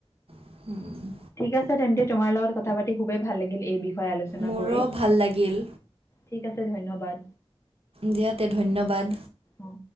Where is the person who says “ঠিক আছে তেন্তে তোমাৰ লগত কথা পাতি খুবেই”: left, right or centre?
Left